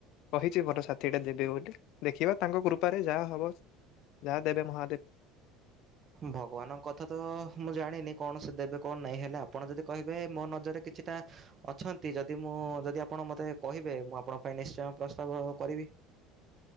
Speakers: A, on the left (about 60°); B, on the right (about 30°).
A: କହିଛି ମୋର ସାଥିୀଟେ ଦେବେ ବୋଲି ଦେଖିବା ତାଙ୍କ କୃ ପା ରେ ଯାହା ହବ ଯାହା ଦେବେ ମହାଦେବ।
B: ଭଗବାନଙ୍କ କଥା ତ ମୁଁ ଜାଣିନି କଣ ସେ ଦେବେ କଣ ନାହିଁ ହେଲେ ଆପଣ ଯଦି କହିବେ ମୋ ନଜରରେ କିଛିଟା ଅଛନ୍ତି ଯଦି ମୁଁ ଯଦି ଆପଣ ମତେ କହିବେ ମୁଁ ଆପଣଙ୍କ ପାଇଁ ନିଶ୍ଚୟ ପ୍ରସ୍ତାବ କରିବି।